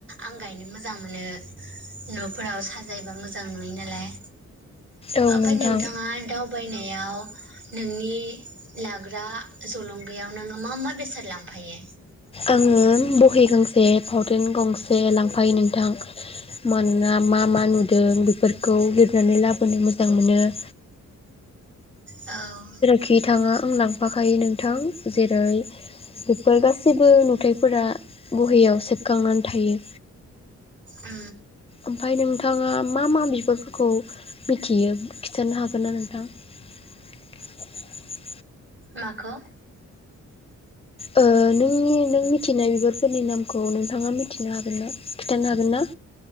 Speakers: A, on the right; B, on the left.
A: आं गायनो मोजां मोनो न'फोराव साजायोबा मोजां नुयो नालाय
B: औ
A: ओमफ्राय
B: नोंथां
A: नोंथाङा दावबायनाय याव नोंनि लाग्रा जलंगायाव नोङो मा मा बेसाद लांफायो
B: आङो बहि गांसे फावथेन गंसे लांफायो नोंथां मानोना मा मा नुदों बेफोरखौ लिरनानै लाबोनो मोजां मोनो <unintelligible>
A: औ
B: खि थाङा आं लांफाखायो नोंथां जेरै बेफोर गासैबो नुथायफोरा बहियाव सेबखांनानै थायो
A: ओ
B: ओमफाय नोंथाङा मा मा बिबारफोरखौ मिथियो खिथानो हागोन ना नोंथां <unintelligible>
A: माखौ
B: ओ नोंनि नों मिथिनाय बिबारफोरनि नामखौ नोंथाङा मि नो हागोन ना खिथानो हागोन ना